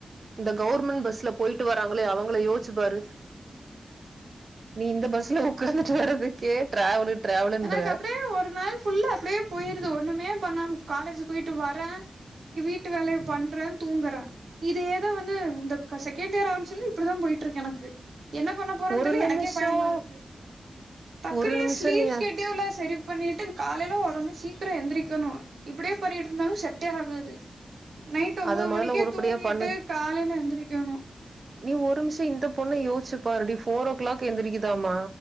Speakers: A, on the right; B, on the right.
A: இந்த கவுவர்மெண்ட் பஸ்ல போயிட்டு வராங்களே அவங்கள யோசிச்சு பாரு நீ இந்த பஸ்ல உக்காந்துட்டு வரதுக்கே டிராவலு டிராவலுன்ற
B: எனக்கு அப்டியே ஒரு நாள் ஃபுல்லா அப்டியே போயிருது ஒண்ணுமே பண்ணாம காலேஜ் போயிட்டு வரே வீட்டு வேலைய பண்றே தூங்கறே இதேதா வந்து இந்த செகண்ட் இயர் ஆரம்பிச்சதுலருந்து இப்படிதா போயிட்டு இருக்கு எனக்கு என்ன பண்ண போறேன்னு
A: ஒரு
B: தெர்ல
A: நிமிஷம்
B: எனக்கே பயமா இருக்கு டக்குன்னு
A: ஒரு நிமிஷம்
B: என் ஸ்லீவ்ஸ்
A: நீ
B: ல்லா சரி பண்ணிட்டு காலைல உடனே சீக்கிரம் எந்திரிகணு இப்டியே பண்ணிட்டு இருந்தாலு செட்டே ஆகாது நைட் ஒம்போது
A: அத மொதல்ல
B: மணிக்கே
A: உருப்படியா
B: தூங்கிட்டு
A: பண்ணு
B: காலைல எந்திரிக்கணு
A: நீ ஒரு இம்ஷோ இந்த பொண்ண யோசிச்சுப்பாருடி ஃபோர் ஓ கிளாக் எந்திரிக்குதாமா